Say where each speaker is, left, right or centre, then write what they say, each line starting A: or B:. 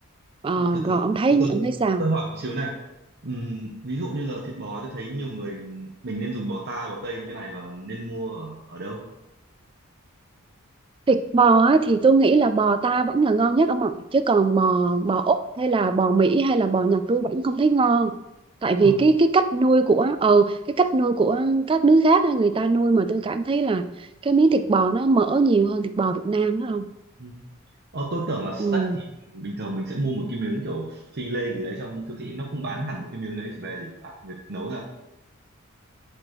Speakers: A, on the right; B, on the right.
A: Ờ,
B: à, từ từ
A: rồi ông thấy
B: từ từ
A: ông
B: từ
A: thấy sao
B: tôi hỏi một xíu này Ừm, ví dụ như là thịt bò tôi thấy nhiều người mình nên dùng bò ta bò tây cho cái này và nên mua ở ở đâu
A: Thịt bò á, thì tôi nghĩ là bò ta vẫn là ngon nhất ông ạ. Chứ còn bò bò Úc hay là bò Mỹ hay là bò Nhật tôi vẫn không thấy ngon. Tại
B: ờ,
A: vì cái cái cách nuôi của ờ cái cách nuôi của các nước khác á, người ta nuôi mà tôi cảm thấy là cái miếng thịt bò nó mỡ nhiều hơn thịt bò Việt Nam đó không?
B: ừ. ờ, tôi tưởng là stack
A: Ừ.
B: thì bình thường mình sẽ mua một cái miếng kiểu phi lê gì đấy trong siêu thị nó không bán hẳn một cái miếng đấy chỉ về chỉ à, việc nấu ra